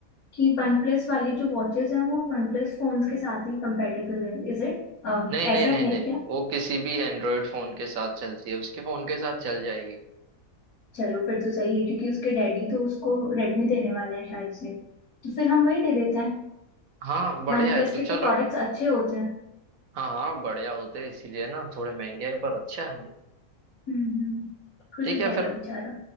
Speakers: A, on the left; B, on the right.
A: कि वन प्लस वाली जो वॉचेस हैं वो वन प्लस फोन्स के साथ ही कंपेटेबल है इज इट
B: नहीं नहीं
A: ऐसा
B: नहीं
A: है
B: नहीं
A: क्या
B: वो किसी भी एंड्रॉयड फोन के साथ चलती है उसके फोन के साथ चल जाएगी
A: चलो फिर तो सही है क्योंकि उसके डैडी तो उसको रेडमी देने वाले हैं शायद से तो फिर हम वही दे देते हैं
B: हाँ बढ़िया
A: वन प्लस
B: है तो
A: के
B: चलो
A: तो प्रोडक्ट्स अच्छे होते हैं
B: हाँ हाँ बढ़िया होते हैं इसीलिए ना थोड़े महंगे हैं पर अच्छे आएंगे
A: हम्म हम्म खुश
B: ठीक
A: हो
B: है
A: जाएगा
B: फिर
A: बेचारा